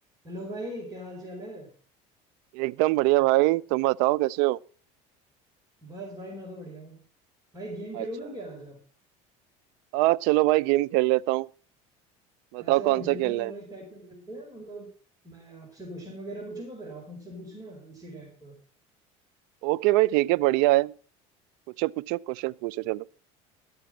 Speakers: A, on the right (about 20°); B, on the right (about 75°).
A: Hello भाई क्या हाल चाल है
B: एकदम बढ़िया भाई तुम बताओ कैसे हो
A: बस भाई मैं तो बढ़िया हूँ भाई गेम खेलोगे
B: अच्छा
A: क्या आज आप
B: आ चलो भाई गेम खेल लेता हूँ बताओ
A: ऐसे
B: कौन
A: जनरल
B: सा खेलना
A: नॉलेज
B: है
A: टाइप का खेलते हैं मतलब मैं आपसे क्वेश्चन वगैरह पूछूंगा फिर आप मुझसे पूछना इसी टाइप का
B: ओके भाई ठीक है बढ़िया है पूछो पूछो क्वेश्चन पूछो चलो